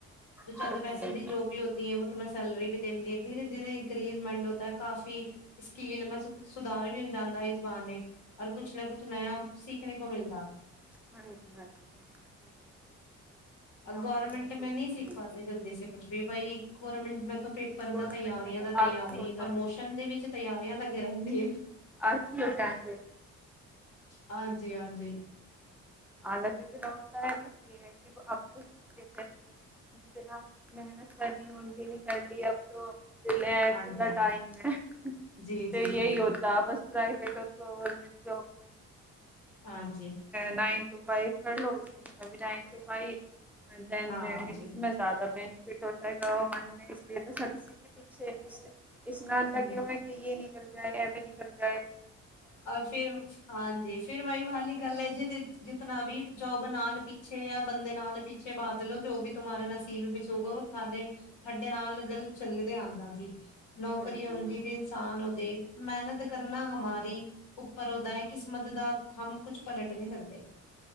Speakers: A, on the left (about 80°); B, in the centre.
A: ਜੋ ਚੰਦ
B: ਹਾਂ ਹਾਂਜੀ
A: ਪੈਸੇ
B: ਹਾਂਜੀ
A: ਦੀ ਜੋ ਵੀ ਹੁੰਦੀ ਹੈ ਉਹ ਤਾਂ ਮੈਂ ਸੈਲਰੀ ਵੀ ਦਿੰਦੀ ਹਾਂ ਧੀਰੇ ਧੀਰੇ ਇੰਕੀਮੇਂਟ ਹੁੰਦਾ ਕਾਫੀ ਸਕੀਲ ਮਤਲਬ ਸੁਧਾਰ ਵੀ ਹੋ ਜਾਂਦਾ ਇਸ ਬਾਨੇ ਔਰ ਕੁਛ ਨਾ ਕੁਛ ਨਆ ਸਿਖਨੇ ਦੇਖਨੇ ਕੋ ਮਿਲਦਾ।
B: ਹਾਂ ਹਾਂਜੀ ਸਹੀ, ਨਵਾਂ
A: ਗਰਮੈਂਟ
B: ਨਵਾਂ ਸਿੱਖਣੇ
A: ਮੈਂ ਨ ਸਿੱਖ
B: ਨੂੰ ਮਿਲਦਾ
A: ਪਾਤੇ ਜਲਦੀ ਸੇ ਕੁਛ ਵੀ ਬਈ ਗਾਰਮੈਂਟ ਮ ਪੇਪਰ
B: ਗੌਰਮੈਂਟ
A: ਦਾ ਤਯਰੀਆਂ
B: ਮਤਲਬ
A: ਦਾ ਤਯਰੀ
B: ਆਲਸੀ ਹੋ ਜਾਂਦੇ
A: ਪ੍ਰਮੋਸ਼ਨ ਦੇ ਵਿਚ ਤਯਰੀਆਂ ਲਗੇ ਰਹਿੰਦੀ ਆ
B: ਆਲਸੀ ਹੋ ਜਾਂਦੇ
A: ਹਾਂਜੀ ਹਾਂਜੀ
B: ਹਾਲਤ ਇਤਨਾ ਹੋਤਾ ਹੈ ਬਸ ਇਹ ਹੈ ਕਿ ਅ ਜਨਾ ਮਿਹਨਤ ਕਰਨੀ ਉਦੇ ਨ ਕਰ ਲਈ ਲੈਧਾ
A: ਹਾਂਜੀ
B: ਟਾਈਮ ਹੈ
A: ਜੀ
B: ਤੇ
A: ਜੀ
B: ਇਹੀ
A: ਜੀ
B: ਹੋਤਾ ਬਸ ਪ੍ਰਾਈਵੇਟ ਔਰ ਗਵਰਮੈਂਟ ਜੌਬ ਮੈਂ,
A: ਹਾਂਜੀ,
B: ਨਾਈਨ ਟੂ ਫਾਈਵ ਕਰ ਲੋ ਉਸੇ ਵੀ ਨਾਈਨ ਟੂ ਫਾਈਵ ਨ
A: ਹਾਂ
B: ਤੇ
A: ਹਾਂਜੀ
B: ਇਸੇ ਜ਼ਿਆਦਾ ਬੇ- ਫਿਟ ਹੋਤਾ ਹੈ ਗਾ ਮਨ ਇਸ ਲਈ ਤਾਂ ਸਭ ਇਸ ਕੇ ਪਿੱਛੇ ਹੈ ਕਿਸੇ ਇਸ ਨਾਲ ਲੱਗੇ
A: ਹਮ
B: ਹੋ ਕਿ ਯੇ ਨੀ, ਨਿਕਲ ਜਾਏ ਐਵੇਂ ਨਿਕਲ ਜਾਏ।
A: ਔਰ ਫਿਰ ਹਾਂਜੀ ਫਿਰ ਵਹੀ ਵਾਲੀ ਗੱਲ ਐ। ਜੇ ਤੇ ਜਿਤਨਾ ਵੀ, ਜੋਬ ਨਾਲ ਪਿੱਛੇ ਜਾਂ ਬੰਦੇ ਨਾਲ ਪਿੱਛੇ ਬਾਦਲੋ ਜੋ ਵੀ ਤੁਮਾਰਾਰੇ ਨਸੀਬ ਵਿੱਚ ਹੋਗਾ ਉਹ ਥੱਲੇ ਥਡੇ ਨਾਲ ਗੱਲ ਚੱਲਦੇ ਆਉਂਦਾ ਜੀ। ਨੌਕਰੀ
B: ਹਾਂਜੀ।
A: ਆਦੀ ਤੇ ਇਨਸਾਨ ਉਹਦੇ ਮਿਹਨਤ ਕਰਨਾ ਹਮਾਰੀ ਉੱਪਰ ਉਹਦਾ ਹੈ ਕਿਸਮਤ ਦਾ ਹਮ ਕੁਛ ਪਲਟ ਨਹੀਂ ਸਕਦੇ।